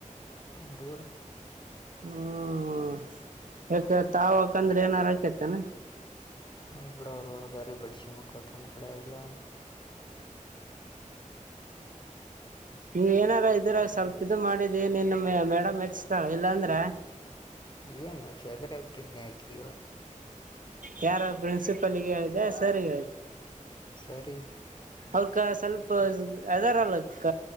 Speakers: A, on the left; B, on the right.
A: ಮಂಗಗಳೂರು
B: ಹ್ಮ್ ಯಾಕ ತಾವಕಂದ್ರೆ ಏನಾರಕೇತನಾ
A: ಅವ ಕೂಡ ಅವರು ಅವ್ರ ಗರಿ ಬಡಿಸಿ ಮಕ್ಕಳು ತಮ್ಮ್ ಕಡೆ ಎಲ್ಲ
B: ನೀವ ಏನಾರ ಇದ್ರಾಗ ಸ್ವಲ್ಪ ಇದು ಮಾಡಿದಿ ನಿನ್ನ ಮ ಮೇಡಮ್ ಮೆಚ್ತಾಳ ಇಲ್ಲಾಂದ್ರ
A: ಮ ಸದ್ರಬಟ ಇದನಕ್ಕಿ ಹೊತ್ತು
B: ಯಾರ ಪ್ರಿನ್ಸಿಪಲ್ಗೆ ಹೇಳಿದೆ ಸರ್ಗೆ ಹೇಳಿದೆ
A: ಸರಿ
B: ಅವಕ ಸ್ವಲ್ಪ ಅದಾರ ಅಲ್ಲಕ್ಕ